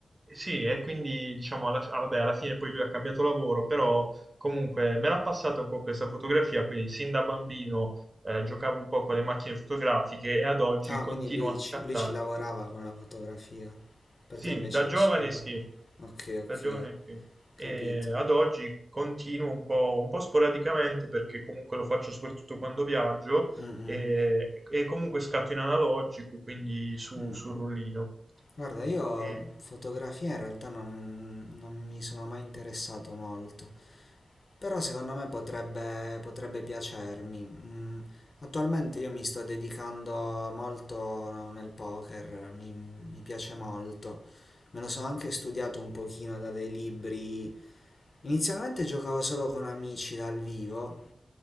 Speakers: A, on the right; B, on the left.
A: sì, e quindi diciamo, alla, ah, vabbè, alla fine poi lui ha cambiato lavoro, però... Comunque, me l'ha passata un po' questa fotografia, quindi sin da bambino eh, giocavo un po' con le macchine fotografiche e ad oggi
B: ah,
A: continuo
B: quindi lui
A: a scattare.
B: ci, lui ci lavorava con la fotografia. Per
A: Sì,
B: te invece
A: da giovane
B: è solo no.
A: sì,
B: Ok,
A: da
B: ok,
A: giovane sì.
B: capito.
A: E ad oggi continuo un po', un po' sporadicamente perché comunque lo faccio soprattutto quando viaggio
B: Mm, mm,
A: e, e comunque scatto in analogico, quindi su,
B: mm.
A: sul rullino.
B: Guarda, io
A: E-
B: fotografia in realtà non, non mi sono mai interessato molto, però secondo me potrebbe, potrebbe piacermi. Mm, attualmente io mi sto dedicando molto nel poker, mi mi piace molto. Me lo sono anche studiato un pochino da dei libri. Inizialmente giocavo solo con amici dal vivo